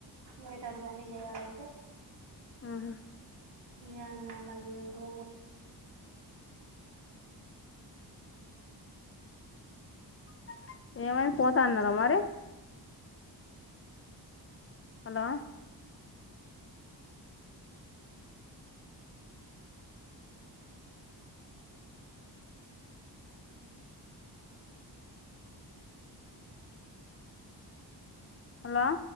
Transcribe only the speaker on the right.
వేటర్ కాన్ని చేయాలంట
ఏనా మది ఎవరో